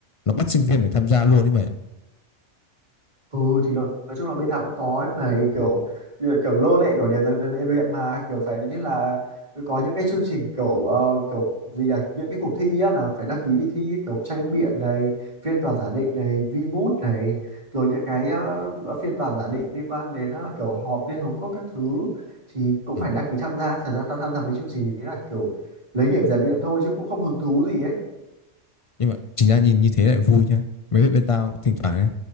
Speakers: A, on the left; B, on the right.
A: Nó bắt sinh viên phải tham gia luôn đấy mày ạ.
B: Ừ thì nói, nói chung là bên nào cũng có ấy, mà kiểu kiểu lô lệ của đèn dần dần luyện luyện mà kiểu phải như là có những cái chương trình kiểu ờ, kiểu gì là những cái cuộc thi á, là phải đăng ký đi thi ấy, kiểu tranh biện này phiên tòa giả định này vi VMoot này rồi những cái ờ, phiên tòa giả định liên quan đến ờ, kiểu họp Liên Hợp Quốc các thứ thì cũng
A: Ừ.
B: phải đăng ký tham gia thật ra tao tham gia mấy chương trình đấy là kiểu lấy điểm rèn luyện thôi chứ cũng không hứng thú gì ấy
A: nhưng mà chính ra nhìn như thế lại vui nhá mấy bên, bên tao thỉnh thoảng nhá,